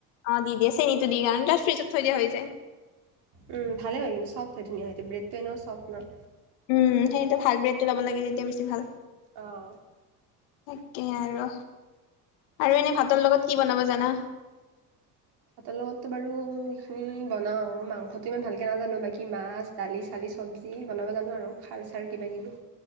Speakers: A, on the left; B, on the right.
A: অ দি দিয়ে চেনীটো দি কাৰণ তাত ফ্ৰিজত থৈ দিয়া হৈ যায়।
B: উম, ভালে হয় কিন্তু ছফ্ট হয় ধুনীয়া হয় ত ব্ৰেডটো এনেও ছফ্ট ন'।
A: উম, সেইটো ভাল ব্ৰেডটো পাব লাগে, তেতিয়া বেছি ভাল।
B: অ'।
A: তাকে আৰু। আৰু এনে ভাতৰ লগত কি বনাব জানা?
B: ভাতৰ লগত তো বাৰু ইখিনি বনাও মাংসতো ইমান ভালকে নাজানো বাকি মাছ দালি চালি চব্জি বনাব জানো আৰু খাৰ চাৰ কিবাকিবি।